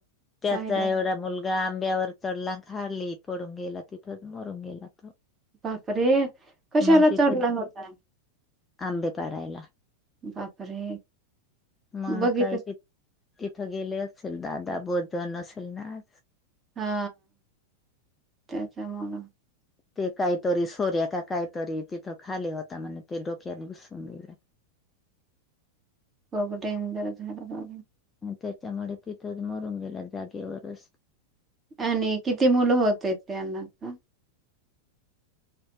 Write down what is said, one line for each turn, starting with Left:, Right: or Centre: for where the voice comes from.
Left: त्याचा
Right: पाहिला
Left: एवढा मुलगा आंब्यावर चडलां हाडली पडून गेला तिथच मरून गेला तो
Right: बापरे कशाला
Left: मग तिथं
Right: चढला होता
Left: आंबे पाडायला
Right: बापरे
Left: मग
Right: बघित
Left: काही ति तिथं गेले असेल दादा बोजन असेल ना आ
Right: हा त्याचमुळं
Left: ते काहीतरी सोर्या का काहीतरी तिथं खाली होता म्हण ते डोक्यात घुसून गेले
Right: कघडेंदर झाला
Left: त्याच्यामुळे तिथंच मरून गेला जागेवरच
Right: आणि किती मुलं होते त्यांना का